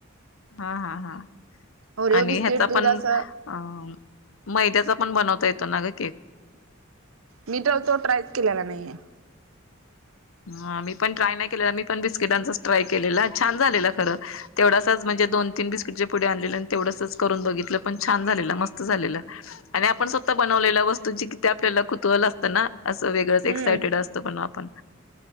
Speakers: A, on the left; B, on the right.
A: हा हा हा.
B: ओरिओ
A: आणि
B: बिस्किट
A: ह्याचा
B: दूध
A: पण
B: असं
A: अं मैद्याचा पण बनवता येतो ना ग केक?
B: मी तर तो ट्रायच केलेला नाहीये
A: हा मी पण ट्राय नाही केलं, मी पण बिस्किटांचाच ट्राय केलेला छान झालेलं खरं तेवढा चाच म्हणजे दोन तीन बिस्किट चे पुढे आणलेले तेवढासच करून बघितलं पण छान झालेलं खरं. मस्त झालेलं. आणि आपण स्वतः बनवलेल्या वस्तू जे किती आपल्याला कुतवल असतं ना. असं वेगळं
B: हम्म
A: एक्सायटेड असतं पण आपण.